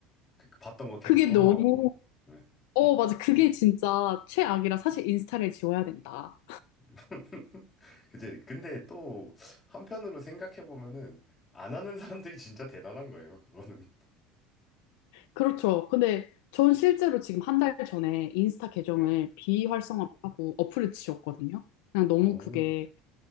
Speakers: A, on the left; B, on the left.
A: 그- 그 봤던 거 계속
B: 그게
A: 또
B: 너무
A: 나오고. 네.
B: 어 맞아 그게 진짜 최악이라 사실 인스타를 지워야 된다.
A: <laughs> 그지? 근데 또 한편으로 생각해 보면은 안 하는 사람들이 진짜 대단한 거예요, 그거는.
B: 그렇죠. 근데 전 실제로 지금 한 달 전에 인스타 계정을
A: 예.
B: 비활성화하고 어플을 지웠거든요. 그냥 너무
A: 오.
B: 그게